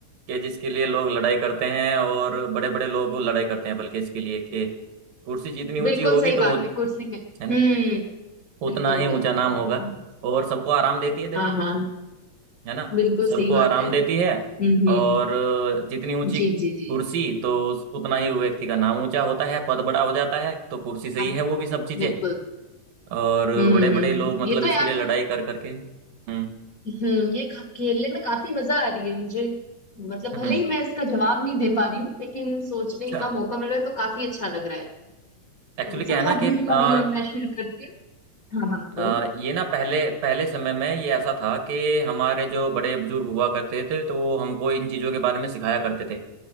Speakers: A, on the right; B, on the left.
A: कि जिसके लिए लोग लड़ाई करते हैं और बड़े बड़े लोग लड़ाई करते हैं बल्कि इसके लिए कि कुर्सी जितनी ऊंची
B: बिल्कुल
A: होगी
B: सही
A: तो
B: बात है कुर्सी के
A: है ना
B: हम्म बिल्कुल
A: उतना ही
B: बिल्कुल
A: ऊंचा नाम
B: बिल्कुल
A: होगा और सबको आराम देती है देखो
B: हाँ हाँ
A: है ना
B: बिल्कुल
A: सबको
B: सही बात
A: आराम
B: है
A: देती है
B: हम्म हम्म
A: और
B: हम्म,
A: जितनी ऊंची
B: जी जी जी
A: कुर्सी तो उतना ही व्यक्ति का नाम ऊंचा होता है पद बड़ा हो जाता है तो कुर्सी से
B: हाँ
A: ही है वो भी सब चीजें
B: बिल्कुल
A: और
B: हम्म
A: बड़े
B: हम्म,
A: बड़े
B: हम्म।
A: लोग मतलब
B: ये तो
A: इसके
B: यार
A: लिए लड़ाई कर करके हम्म
B: हम्म ये ख- खेलने में काफी मजा आ रही है मुझे मतलब
A: हम्म
B: भले ही मैं इसका जवाब नहीं दे पा रही हूँ लेकिन सोचने
A: अच्छा
B: का मौका मिल रहा है तो काफी अच्छा लग रहा है
A: एक्चुअली क्या
B: चलो
A: है ना
B: अभी
A: कि अ,
B: अभी अब मैं शुरू करती हूँ हाँ हाँ
A: अ,
B: बोलो
A: ये ना पहले पहले समय में ये ऐसा था कि हमारे जो बड़े बुजुर्ग हुआ करते थे तो वो हमको इन चीजों के बारे में सिखाया करते थे